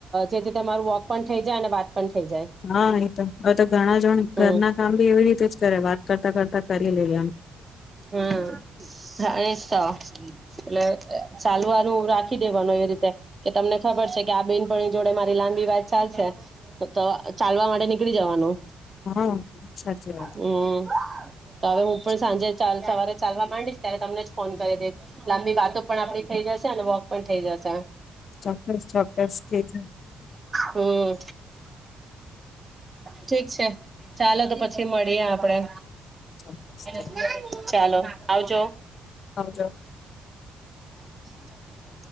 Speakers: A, on the right; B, on the left.
A: જેથી તમારું વોક પણ થઈ જાય અને વાત પણ થઈ જાય
B: હા એતો આવ ઘણા જણ
A: હમ
B: ઘરના કામ બી એવી રીતે જ કરે વાત કરતા કથા કરી લે. એમ
A: હમ્મ, હ એ જ તો‌ એટલે ચાલવાનું રાખી દેવાનું એવી રીતે કે તમને ખબર છે કે, આ બેનપણી જોડે મારી લાંબી વાત ચાલશે તો ચાલવા માટે નીકળી જવાનું.
B: હા, સાચી વાત.
A: હમ તો હવે હું પણ
B: છે
A: સાંજે ચાલ સવારે ચાલવા માંડીશ ત્યારે તમને જ ફોન કરી દઈશ લાંબી વાતો પણ આપડી થઇ જશે અને વોક પણ થઇ જશે.
B: ચોક્કસ ચોક્કસ ઠીક
A: હમ્મ, ઠીક છે ચાલો તો પછી મળીએ આપ. આપણે.
B: ચોક્કસ
A: એને
B: ચાલો
A: શું ચાલો આવજો.
B: આવજો.
A: <inaudible>